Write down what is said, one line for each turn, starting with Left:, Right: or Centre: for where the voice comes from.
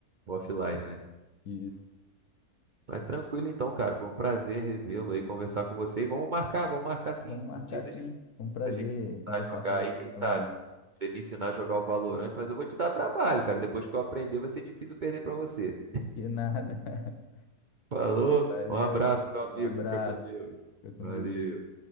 Right: offline, né?
Left: isso.
Right: Mas tranquilo então, cara. Foi um prazer revê-lo aí, conversar com você. E vamos marcar, vamos marcar sim.
Left: Vamos marcar
Right: Um dia da
Left: sim.
Right: gente
Left: Foi Um prazer
Right: pra gente
Left: conversar
Right: voltar a jogar
Left: com você
Right: aí, quem
Left: novamente.
Right: sabe? Você me ensinar a jogar o Valorant, mas eu vou te dar trabalho, cara. Depois que eu aprender, vai ser difícil perder pra você.
Left: Que nada. <laughs>
Right: Falou,
Left: Valeu,
Right: um abraço,
Left: meu amigo.
Right: meu amigo.
Left: Um abraço.
Right: Fica com Deus.
Left: Fica com
Right: Valeu.
Left: Deus.